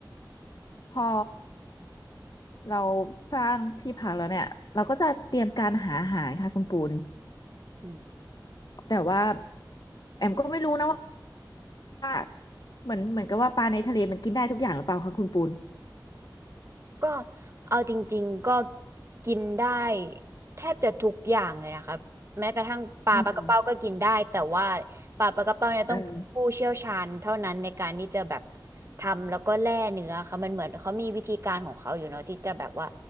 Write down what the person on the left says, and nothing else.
พอเราสร้างที่พักแล้วเนี่ยเราก็จะเตรียมการหาอาหารค่ะคุณปูน
แต่ว่าแอมก็ไม่รู้นะว่าเหมือนเหมือนกับว่าปลาในทะเลมันกินได้ทุกอย่างหรือเปล่าคะคุณปูน
อืม
เออ